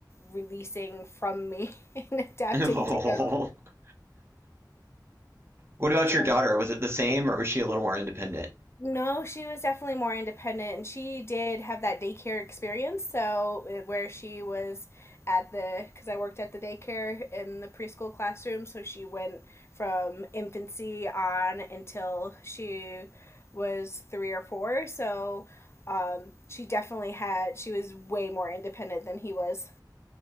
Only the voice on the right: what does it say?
<laughs>
What about your
daughter? Was it the same or was she a little more independent?